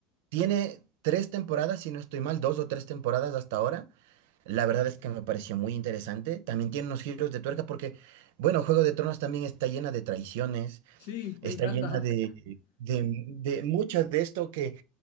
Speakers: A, on the right; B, on the left.
A: Tiene tres temporadas, si no estoy mal, dos o tres temporadas hasta ahora. La verdad es que me pareció muy interesante. También tiene unos giros de tuerca porque, bueno, Juego de Tronos también está llena de traiciones,
B: Sí,
A: está
B: me encanta.
A: llena de, de, de mucho de esto que